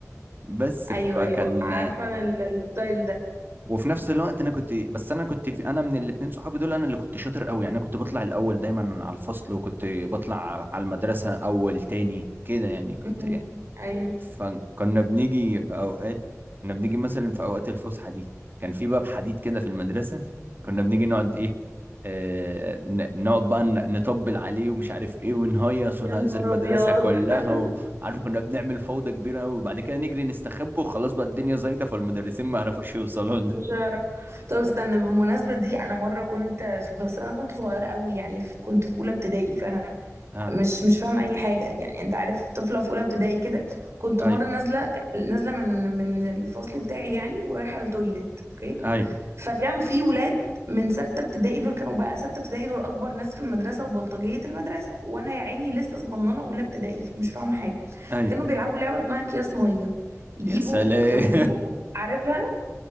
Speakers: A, on the right; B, on the right.
A: بس
B: ايوه
A: فكان
B: ايوه عارفه انا ال- الستايل ده
A: وفي نفس الوقت انا كنت بس انا كنت في انا من الاتنين صحابي دول انا اللي كنت شاطر قوي يعني انا كنت بطلع الاول دايما على الفصل وكنت بطلع على المدرسه اول تاني كده يعني كنت
B: امم ايوه
A: فكنا بنيجي في اوقات كنا بنيجي مثلا في اوقات الفسحه دي كان في باب حديد كده في المدرسه كنا بنيجي نقعد ايه آه ن- نقعد بقى ن- نطبل عليه ومش عارف ايه ونهيص ونهيص
B: يا نهار
A: المدرسه
B: ابيض
A: كلها
B: <laughs>
A: وعارف كنا بنعمل فوضى كبيره قوي وبعد كده نجري نستخبى وخلاص بقى الدنيا زيطه فالمدرسين ما عرفوش يوصلوا لنا
B: مش هعرف طب استنى
A: <laughs>
B: بالمناسبه دي انا مره كنت بس انا كنت صغيره قوي يعني في- كنت في اولى ابتدائي فانا
A: اه
B: مش مش فاهمه اي حاجه يعني انت عارف طفله في اولى ابتدائي كده كنت
A: ايوه
B: مره نازله نازله من من الفصل بتاعي يعني ورايحه التويليت اوكي
A: ايوه
B: فكان في ولاد من ستة ابتدائي دول كانوا بقى ستة ابتدائي دول أكبر ناس في المدرسة وبلطجية المدرسة وأنا يا عيني لسه صغننة أولى ابتدائي مش فاهمة حاجة
A: ايوه
B: كانوا بيلعبوا لعبة اسمها أكياس مية يجيبوا
A: يا سلام
B: كانوا بيجيبوا عارفها